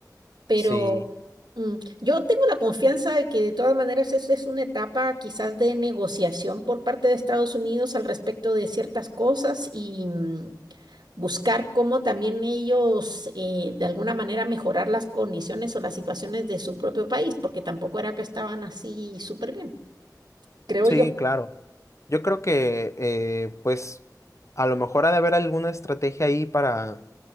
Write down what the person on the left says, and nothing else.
Sí,
sí,
claro. Yo creo que, eh, pues, a lo mejor ha de haber alguna estrategia ahí para,